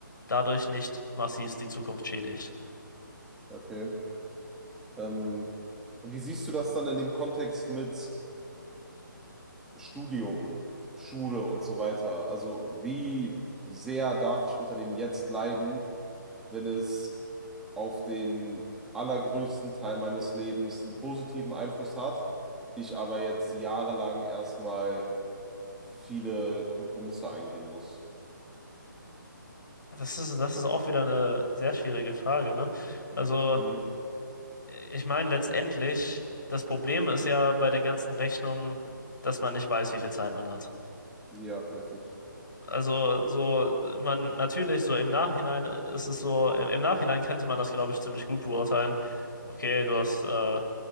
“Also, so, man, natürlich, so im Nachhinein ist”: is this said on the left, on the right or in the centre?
Left